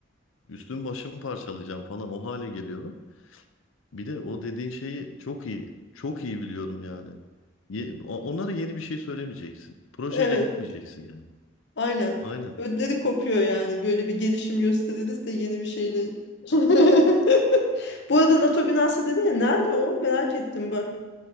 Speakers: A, on the left; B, on the left.
A: üstümü başımı parçalayacağım falan o hale geliyorum. Bir de o dediğin şeyi çok iyi, çok iyi biliyorum yani. Ye- o- onlara yeni bir şey söylemeyeceksin. Projeyle
B: Evet,
A: gitmeyeceksin yani.
B: aynen.
A: Aynen.
B: Ödleri kopuyor yani. Böyle bir gelişim gösteririz de yeni bir şeyle. <laughs> Bu arada NATO binası dedin ya nerede o? Merak ettim bak.